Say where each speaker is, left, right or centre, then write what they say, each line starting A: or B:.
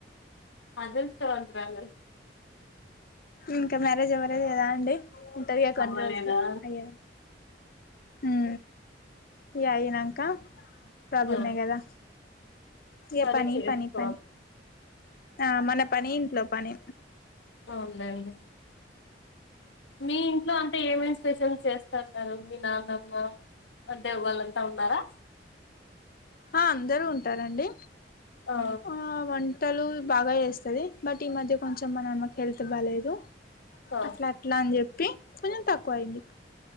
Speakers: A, on the left; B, on the left.
A: అదృష్టవంతురాలు
B: ఇంకా మ్యారేజ్ అవ్వలేదు కదా అండి ఉంటదిగా కొన్ని
A: అవ్వలేదా
B: రోజులు అయ్యా ఉం ఇగా అయినంక ప్రాబ్లమే
A: ఆ
B: కదా ఇగ
A: మరి
B: పని
A: చేసుకోవాలి
B: పని పని ఆ మన పని ఇంట్లో పని
A: అవునులేండి మీ ఇంట్లో అంటే ఏమేం స్పెషల్స్ చేస్తంటారు మీ నాన్నమ్మ అంటే వాళ్ళంతా ఉన్నారా
B: ఆ అందరు ఉంటారండి
A: ఆ
B: ఆ వంటలు బాగా చేస్తది బట్ ఈ మధ్య కొంచెం మా నానకి హెల్త్ బాలేదు
A: ఓకే
B: అట్లా అట్లా అని చెప్పి కొంచెం తక్కువ అయింది